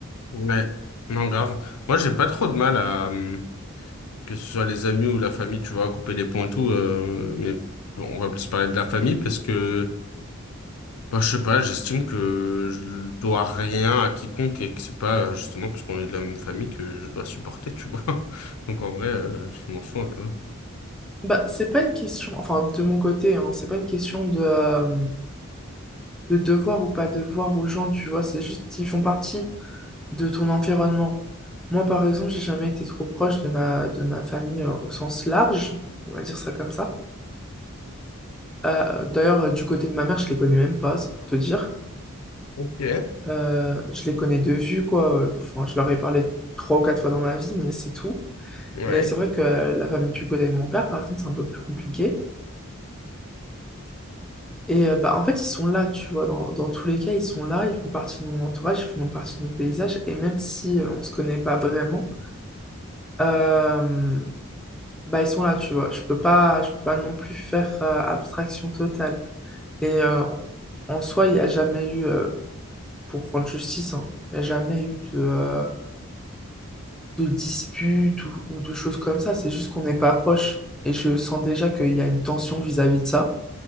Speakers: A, on the left (about 85°); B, in the centre.
A: Ouais, non, grave. Moi, j'ai pas trop de mal à... hum, Que ce soit les amis ou la famille, tu vois, couper les ponts et tout. euh, mais bon, on va plus parler de la famille parce que... Bah, je sais pas, j'estime que je dois rien à quiconque et que c'est pas euh, justement parce qu'on est de la même famille que je dois supporter, tu vois. <laughs> Donc en vrai, euh, je m'en fous un peu.
B: Bah, c'est pas une question, enfin, de mon côté, hein, c'est pas une question de, euh, de devoir ou pas devoir aux gens, tu vois, c'est juste qu'ils font partie de ton environnement. Moi, par exemple, j'ai jamais été trop proche de ma, de ma famille euh, au sens large, on va dire ça comme ça. Euh, d'ailleurs, euh, du côté de ma mère, je les connais même pas, c'est pour te dire.
A: Ok, ouais.
B: Euh, je les connais de vue, quoi. Euh, Enfin, je leur ai parlé trois ou quatre fois dans ma vie, mais c'est tout.
A: Ouais.
B: Mais c'est vrai que euh, la famille du côté de mon père, par exemple, c'est un peu plus compliqué. Et euh, bah, en fait, ils sont là, tu vois. Dans, dans tous les cas, ils sont là, ils font partie de mon entourage, ils font partie de mon paysage. Et même si euh, on se connaît pas vraiment, euh, bah, ils sont là, tu vois. Je peux pas, je peux pas non plus faire euh, abstraction totale. Et euh, en soi, il n'y a jamais eu, euh, pour rendre justice, hein, il n'y a jamais eu de, euh, de dispute ou, ou de choses comme ça. C'est juste qu'on n'est pas proche. Et je sens déjà qu'il y a une tension vis-à-vis de ça,